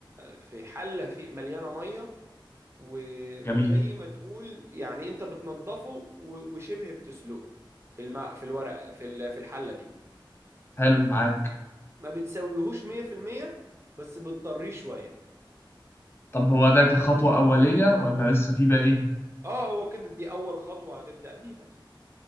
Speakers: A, on the right (about 30°); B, on the left (about 30°).
A: في حلة في مليانة مية و- وزي
B: جميل
A: ما تقول يعني انت بتنضفه و- وشبه بتسلقه في الماء في الورق في ال- في الحلة دي
B: حلو معاك
A: ما بتسويهوش 100% بس بتطريه شوية
B: طب هو ده كخطوة أولية ولا لسه في بقى إيه؟
A: اه هو كده دي اول خطوة هتبدأ بيها دي